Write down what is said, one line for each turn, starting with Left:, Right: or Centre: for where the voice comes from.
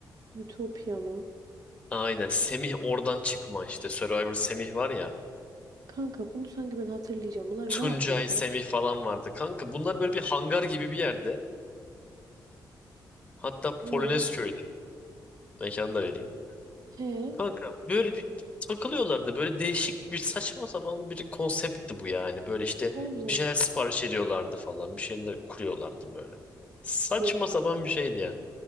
Right: Ütopya mı?
Left: Aynen. Semih oradan çıkma işte. Survivor Semih var ya.
Right: Kanka bunu sanki ben hatırlayacağım. Bunlar
Left: Tuncay,
Right: ne yapıyordu?
Left: Semih falan vardı. Kanka bunlar böyle bir hangar gibi bir yerde. Hatta
Right: İyi.
Left: Polonez köyde. Mekanı da vereyim.
Right: He.
Left: Kanka böyle bir takılıyorlardı. Böyle değişik bir saçma sapan bir konseptti bu yani. Böyle işte
Right: Oğlum.
Left: bir şeyler sipariş ediyorlardı falan. Bir şeyler kuruyorlardı böyle. Saçma
Right: Yok kanka.
Left: sapan bir şeydi ya.